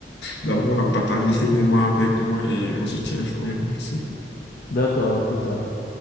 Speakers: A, on the left; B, on the left.
A: d'avoir partagé ce moment avec moi et on se tient informé. Merci.
B: D'accord, à plus tard.